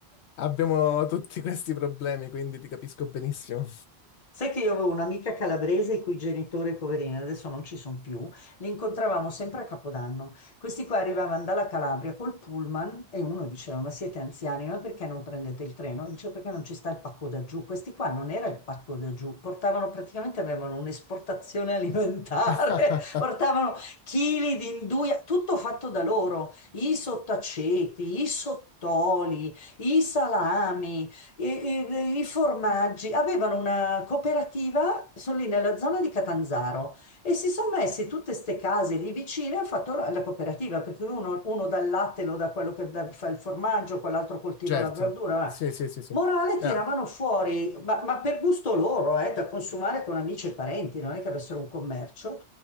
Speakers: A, on the left; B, on the left.
A: abbiamo tutti questi problemi, quindi ti capisco benissimo.
B: Sai che io avevo un'amica calabrese i cui genitori, poverini, adesso non ci sono più, li incontravamo sempre a Capodanno. Questi qua arrivavano dalla Calabria col pullman e uno diceva: Ma siete anziani, ma perché non prendete il treno? Dice: Perché non ci sta il pacco da giù? Questi qua non era il pacco da giù, portavano praticamente avevano un'esportazione alimentare,
A: <laughs>
B: <laughs> portavano chili di induia, tutto fatto da loro, i sottaceti, i sottoli, i salami. I, i- i formaggi avevano una cooperativa, sono lì nella zona di Catanzaro e si sono messi tutte ste case lì vicine e hanno fatto la, la cooperativa, perché uno, uno dà il latte, lo dà quello che dà- fa il formaggio, quell'altro coltiva
A: Certo,
B: la verdura.
A: sì, sì, sì, sì.
B: Morale tiravano
A: Eh,
B: fuori, ma, ma per gusto loro, eh, da consumare con amici e parenti, non è che avessero un commercio.